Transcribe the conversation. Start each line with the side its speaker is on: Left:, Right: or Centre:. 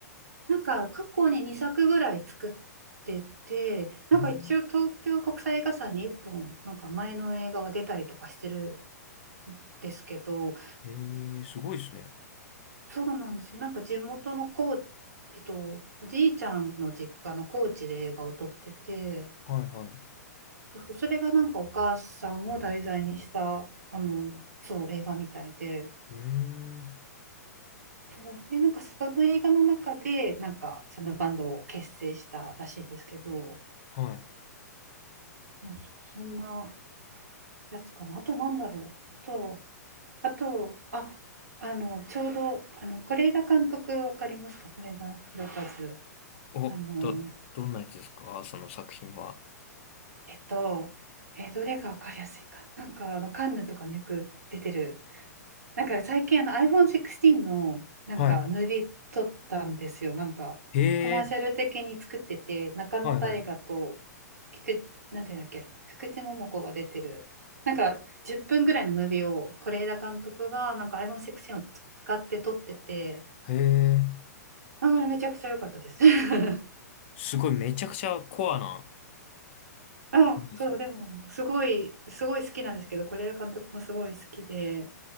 Right: なんか、過去に2作ぐらい作ってて、なんか一応東京国際映画祭に1本、
Left: うん
Right: なんか前の映画は出たりとかしてるんですけど、
Left: ええ、すごいですね。
Right: そうなんですよ。なんか地元の高知、えっと、おじいちゃんの実家の高知で映画を撮ってて、
Left: はいはい。う
Right: そうそうそれがなんかお母さんを題材にした、あの、そう、映画みたいで、
Left: ーん。
Right: そう、で、なんかその映画の中で、なんかそのバンドを結成したらしいんですけど、
Left: はい。
Right: うんそんなやつかな。あとなんだろう。あと、あと、あ、あの、ちょうど、あの、是枝監督わかりますか是枝裕和。
Left: お、
Right: あの、
Left: ど、どんなやつですかその作品は。
Right: えっと、えーどれがわかりやすいかな。なんかあのカンヌとかによく出てる。なんか最近あの iPhone16 のなんかムービー撮ったんですよ。
Left: は
Right: なんかコマーシャル的に作ってて、
Left: い。へえ。
Right: 中野大我と
Left: はいはい。
Right: 菊池、なんていうんだっけ、福地桃子が出てる。なんか10分ぐらいのムービーを是枝監督がなんか iPhone16 を使って撮ってて、
Left: へえ。
Right: あれめちゃくちゃ良かったです。<laughs>
Left: すごいめちゃくちゃコアな
Right: あ、
Left: 感じですね。
Right: そう、でもすごい、すごい好きなんですけど、是枝監督もすごい好きで。